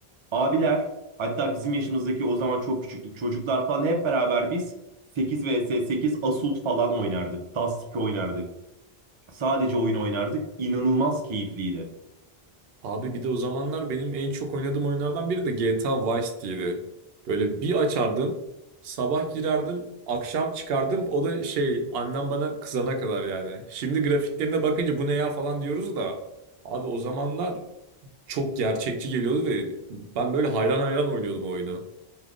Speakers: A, on the right; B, on the right.
A: Abiler hatta bizim yaşımızdaki o zaman çok küçüktük çocuklar falan hep beraber biz 8 vs 8 Assault falan oynardık. Dust 2 oynardık. Sadece oyun oynardık. İnanılmaz keyifliydi.
B: Abi bir de o zamanlar benim en çok oynadığım oyunlardan biri de GTA Vice City'ydi. Böyle bir açardım, sabah girerdim, akşam çıkardım. O da şey annem bana kızana kadar yani. Şimdi grafiklerine bakınca bu ne ya falan diyoruz da. Abi o zamanlar çok gerçekçi geliyordu ve ben böyle hayran hayran oynuyordum o oyunu.